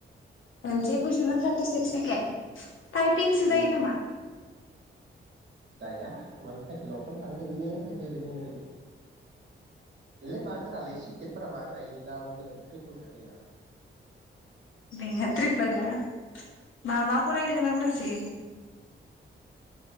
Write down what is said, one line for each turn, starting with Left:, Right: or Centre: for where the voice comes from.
Left: मोनसे कुइसनाव थार्टिसिक्स सेकेणड टाइपिंसो
Right: उम
Left: जायो नामा?
Right: जाया मान टाइपिंल' अपसन थागोन इदिनो जेरै जों ओरै एलै मा गोरालाय सिटेटफोरा <unintelligible> ट्रिपुल काटिंया
Left: बेंक आ ट्रिपोल ना मा मा फरायनो गोनां दासै